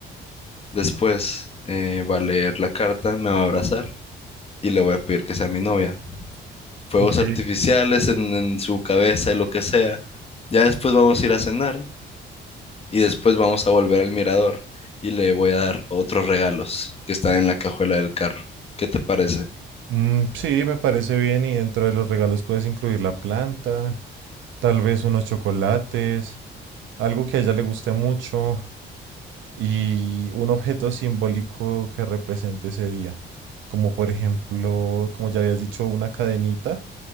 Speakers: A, on the left; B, on the right.
A: Después eh, va a leer la carta, me va a abrazar y le voy a pedir que sea mi novia. Fuegos
B: Ok.
A: artificiales
B: Ok.
A: en, en su cabeza y lo que sea. Ya después vamos a ir a cenar y después vamos a volver al mirador y le voy a dar otros regalos que están en la cajuela del carro. ¿Qué te parece?
B: Mm, sí, me parece bien y dentro de los regalos puedes incluir la planta, tal vez unos chocolates. algo que a ella le guste mucho y un objeto simbólico que represente ese día. Como por ejemplo, como ya habías dicho, una cadenita,